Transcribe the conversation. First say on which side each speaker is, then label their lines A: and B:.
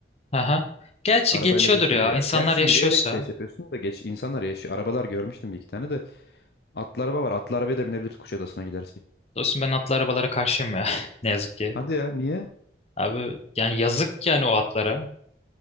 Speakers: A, on the left; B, on the left.
A: aha. Gerçi
B: Arabayla
A: geçiyordur
B: gezilir
A: ya.
B: ya.
A: İnsanlar
B: Gerçi
A: yaşıyorsa.
B: yürüyerek de şey yapıyorsun da geç insanlar yaşıyor. Arabalar görmüştüm bir iki tane de. Atlı araba var. Atlı arabaya da binebiliriz Kuşadası'na gidersek.
A: Dostum ben atlı arabalara karşıyım ya. <laughs> Ne yazık ki.
B: Hadi ya niye?
A: Abi yani yazık yani o atlara.